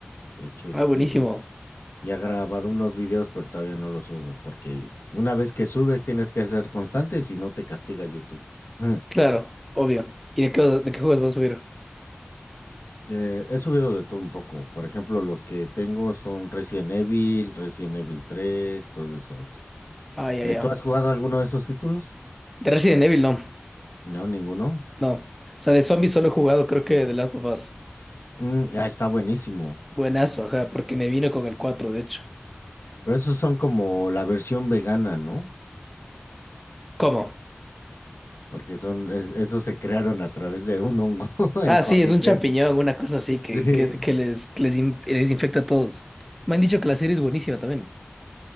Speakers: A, on the left (about 80°); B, in the centre.
A: De hecho, este,
B: Ah, buenísimo.
A: ya he grabado unos videos, pero todavía no los subo porque una vez que subes tienes que ser constante, si no te castiga YouTube. <laughs>
B: Claro, obvio. ¿Y de qué, de qué juegos vas a subir?
A: Eh, he subido de todo un poco. Por ejemplo, los que tengo son Resident Evil, Resident Evil tres, todos esos.
B: Ah, ya,
A: Eh,
B: ya.
A: ¿tú has jugado alguno de esos títulos?
B: De Resident Evil, no.
A: No, ninguno.
B: No. O sea, de zombies solo he jugado, creo que The Last of Us.
A: Mm, ah, está buenísimo.
B: Buenazo, ajá, porque me vino con el 4, de hecho.
A: Pero esos son como la versión vegana, ¿no?
B: ¿Cómo?
A: Porque son, es- esos se crearon a través de un hongo, <laughs> el
B: Ah,
A: Cordyceps.
B: sí, es un champiñón, una cosa así que,
A: Sí.
B: que, que les, que les, in- les infecta a todos. Me han dicho que la serie es buenísima también.